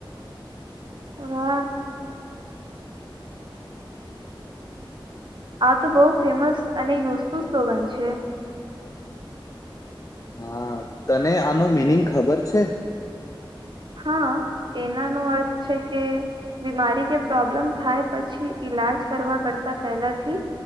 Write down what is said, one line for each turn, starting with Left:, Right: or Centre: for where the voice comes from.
Right: હ આ તો બહુ ફેમસ અને યુઝફુલ સ્લોગન છે.
Left: હા તને આનો મિનિંગ ખબર છે
Right: હા એનાનો અર્થ છે કે બીમારી કે પ્રોબ્લેમ થાય પછી ઈલાજ કરવા કરતા પહેલાથી